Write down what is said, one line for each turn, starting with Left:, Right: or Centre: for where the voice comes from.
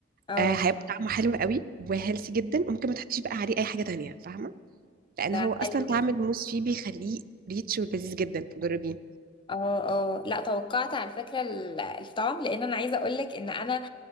Left: اه
Right: آه، هيبقى طعمه حلو قوي وهيلثي جدا وممكن ما تحطيش بقى عليه اي حاجه تانية فاهمه لان
Left: ده
Right: هو اصلا
Left: حلو
Right: طعم
Left: جدا
Right: الموز فيه بيخليه ريتش ولذيذ جدا فجربيه
Left: اه اه لا توقعت على فكرة ال- الطعم لان انا عايزة اقولك ان انا